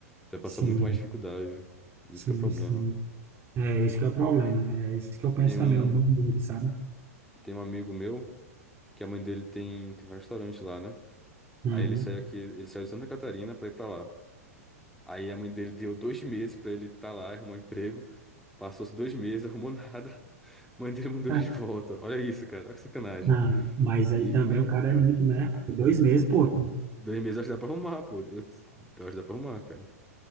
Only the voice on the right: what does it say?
Sim,
sim,
sim. É esse que é o problema. É isso que eu penso
também,
o meu medo, sabe?
Uhum.
É,
não, mas
aí também
o cara é muito, né? Dois meses, pô,